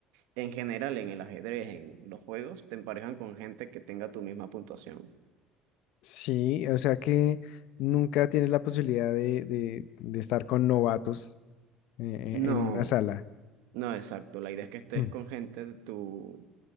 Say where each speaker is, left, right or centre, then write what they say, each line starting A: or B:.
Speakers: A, on the right (about 80°); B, on the left (about 65°).
A: en general, en el ajedrez, en los juegos, te emparejan con gente que tenga tu misma puntuación.
B: sí, o sea que nunca tienes la posibilidad de, de- de estar con novatos eh,
A: No.
B: en una sala.
A: No, exacto. La idea es que estés
B: <clears throat>
A: con gente de tu,